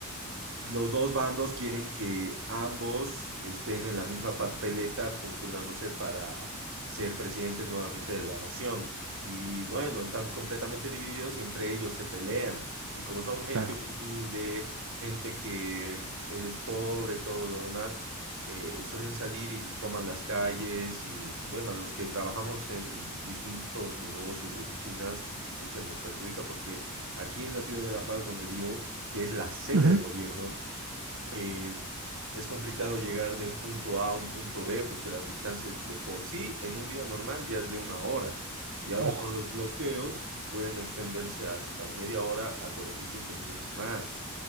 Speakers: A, on the right; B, on the right.
A: los dos bandos quieren que ambos estén en la misma papeleta postulándose para ser presidentes nuevamente de la nación. Y bueno, están completamente divididos y entre ellos se pelean. Y como son gente
B: claro.
A: humilde, gente que mm, es pobre, todo lo demás, eh, suelen salir y toman las calles. Y bueno, a los que trabajamos en distintos negocios y oficinas, mm, pucha, nos perjudica porque aquí en la ciudad de La Paz, donde vivo, que es la sede
B: Ujú.
A: de gobierno, en- es complicado llegar de un punto A a un punto B porque las distancias de por sí en un día normal ya es de una hora. Y ahora
B: Ojo.
A: con los bloqueos pueden extenderse hasta media hora a 45 minutos más.